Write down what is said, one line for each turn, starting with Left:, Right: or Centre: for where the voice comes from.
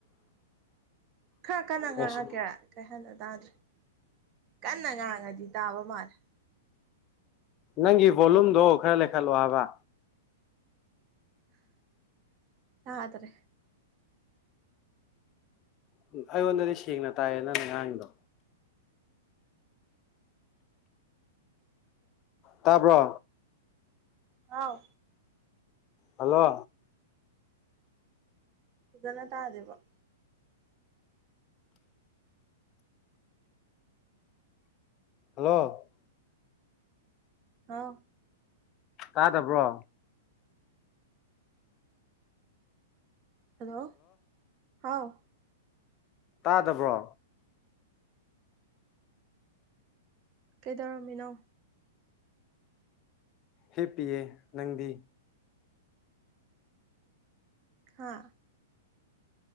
Right: ꯈꯔ ꯀꯟꯅ ꯉꯥꯡꯉꯛꯀꯦꯔꯥ
Left: ꯑꯦꯁ
Right: ꯀꯩ ꯍꯥꯏꯅꯣ ꯇꯥꯗ꯭ꯔꯦ ꯀꯟꯅ ꯉꯥꯡꯉꯗꯤ ꯇꯥꯕ ꯃꯥꯜꯂꯦ
Left: ꯅꯪꯒꯤ ꯚꯣꯂꯨꯝꯗꯣ ꯈꯔ ꯂꯩꯈꯠꯂꯣ ꯍꯥꯕ ꯕꯥ
Right: ꯇꯥꯗꯥꯔ꯭ꯦ
Left: ꯎꯝ ꯑꯩꯉꯣꯟꯗꯗꯤ ꯁꯦꯡꯅ ꯇꯥꯏꯌꯦ ꯅꯪꯅ ꯉꯥꯡꯉꯤꯗꯣ ꯇꯥꯕ꯭ꯔꯣ
Right: ꯍꯥꯎ
Left: ꯍꯜꯂꯣ
Right: ꯐꯖꯟꯅ ꯇꯗꯦꯕꫭ
Left: ꯍꯜꯂꯣ
Right: ꯍꯥꯎ
Left: ꯇꯥꯗꯕ꯭ꯔꯣ
Right: ꯍꯜꯂꯣ ꯍꯥꯎ
Left: ꯇꯥꯗꯕ꯭ꯔꯣ
Right: ꯀꯩꯗꯧꯔꯝꯃꯤꯅꯣ
Left: ꯍꯦꯞꯄꯤꯌꯦ ꯅꯪꯗꯤ
Right: ꯍꯥꯥ